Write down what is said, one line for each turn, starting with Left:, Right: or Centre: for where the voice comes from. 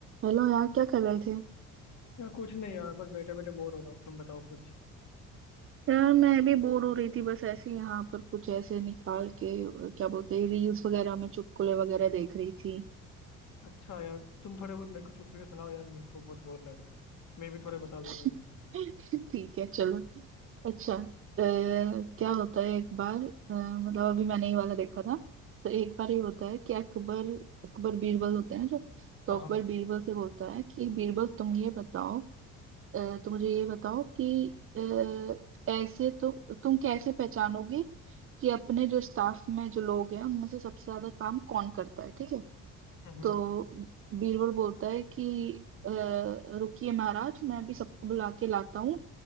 Right: Hello यार क्या कर रहे थे
Left: यार कुछ नहीं यार बस बैठे बैठे बोर हो रहा हूँ तुम बताओ कुछ
Right: यार मैं भी बोर हो रही थी बस ऐसे ही यहाँ पर कुछ ऐसे निकाल के अ, क्या बोलते हैं रील्स वगैरह में चुटकुले वगैरह देख रही थी
Left: अच्छा यार तुम थोड़े बहुत मेरे को चुटकुले सुनाओ यार मेरे को बहुत बोर लग रहा है मैं भी थोड़े बता दूंगा
Right: <laughs>
Left: कुछ
Right: ठीक है चलो अच्छा अ, क्या होता है एक बार अ, मतलब अभी मैंने ये वाला देखा था तो एक बार ये होता है कि अकबर अकबर बीरबल होते हैं जो तो
Left: हाँ हाँ
Right: अकबर बीरबल से बोलता है कि बीरबल तुम ये बताओ अ, तो मुझे ये बताओ कि अ, ऐसे तो तुम कैसे पहचानोगे कि अपने जो स्टाफ में जो लोग हैं उनमें से सबसे ज्यादा काम कौन करता है ठीक है
Left: हम्म हम्म,
Right: तो बीरबल बोलता है कि अ, रुकिए महाराज मैं भी सबको बुला के लाता हूँ